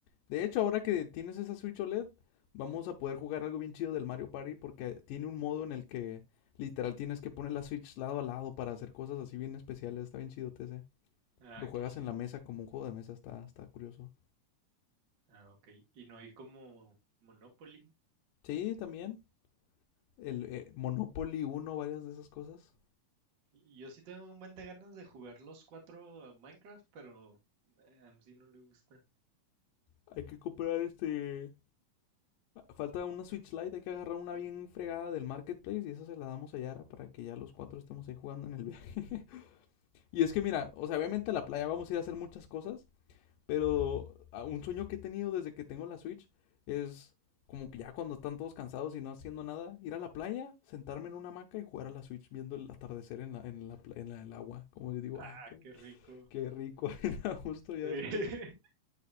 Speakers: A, on the left; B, on the right.
A: De hecho, ahora que tienes esa Switch OLED, vamos a poder jugar algo bien chido del Mario Party porque tiene un modo en el que literal tienes que poner la Switch lado a lado para hacer cosas así bien especiales. Está bien chido TC.
B: ah,
A: Lo juegas
B: qué chido.
A: en la mesa como un juego de mesa, está, está curioso.
B: Ah, ok. Y no hay como Monopoly.
A: Sí, también. El eh, Monopoly uno, varias de esas cosas.
B: Y Yo sí tengo un buen de ganas de jugar los cuatro a Minecraft, pero eh, a sí no le gusta.
A: Hay que comprar este. Falta una Switch Lite, hay que agarrar una bien fregada del marketplace y esa se la damos a Yara para que ya los cuatro estemos ahí jugando en el viaje. <laughs> Y es que mira, o sea, obviamente a la playa vamos a ir a hacer muchas cosas, pero un sueño que he tenido desde que tengo la Switch es como que ya cuando están todos cansados y no haciendo nada, ir a la playa, sentarme en una hamaca y jugar a la Switch viendo el atardecer en la, en la, en la- en el agua. Como yo digo, ah,
B: Ah,
A: qué,
B: qué rico.
A: qué rico, <laughs> justo ya
B: Sí,
A: después.
B: <laughs>